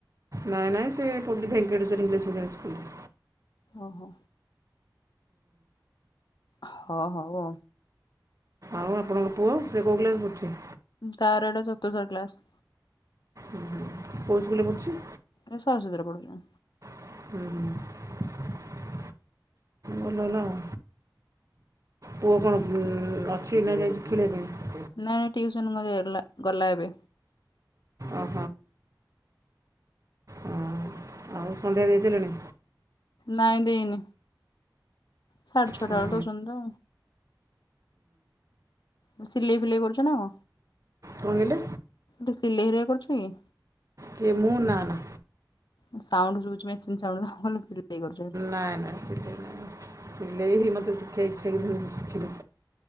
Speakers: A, on the right; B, on the left.
A: ନାଇଁ ନାଇଁ ସେ ପଡୁଚି ଭେଙ୍କେଟେଶ୍ୱର ଇଂଲିଶ୍ ମିଡ଼ିୟମ୍ ସ୍କୁଲରେ।
B: ଆ ହ। ହ ହଉ ଆଉ।
A: ଆଉ ଆପଣଙ୍କ ପୁଅ ସେ କୋଉ କ୍ଲାସରେ ପଢୁଛି?
B: ତାର ଏଇଟା ଚତୁର୍ଥ କ୍ଲାସ।
A: ଓହୋ କୋଉ ସ୍କୁଲରେ ପଢୁଛି?
B: ଏ ସରସ୍ବତୀରେ ପଢୁଛି।
A: ହୁଁ। ଭଲ ହେଲା ଆଉ ପୁଅ କଣ ଉଁ ଅଛି ନା ଯାଇଛି ଖେଳିବା ପାଇଁ?
B: ନାଇଁ ନାଇଁ ଟିଉସନ ମାଗେ ଲା ଗଲା ଏବେ।
A: ଓହୋ ହଁ ଆଉ ସନ୍ଧ୍ୟା ଦେଇସାଇଲଣି?
B: ନାଁ ଦେଇନି ସାଡେ ଛଟା
A: କଣ
B: ବେଳେ ଦଉଛନ୍ତି ତ। ଉଁ ସିଲେଇ ଫିଲେଇ କରୁଛ ନା କଁ?
A: କହିଲେ
B: ତୁ ସିଲେଇ ହେରିକା କରୁଚି କି?
A: କିଏ ମୁଁ ନା ନା।
B: ଉଁ ସାଉଣ୍ଡୁ ଶୁଭୁଛି ମେସିନ ସାଉଣ୍ଡ ତ ମୁଁ କହିଲି ସିଲେଇ କରୁଛ ବୋଲି।
A: ନାଇଁ ନାଇଁ ସେ କେହି ନାଇ। ସିଲେଇ ହିଁ ମତେ ସିଖିବାକୁ ଇଚ୍ଛା କିନ୍ତୁ ମୁଁ ସିଖିନି।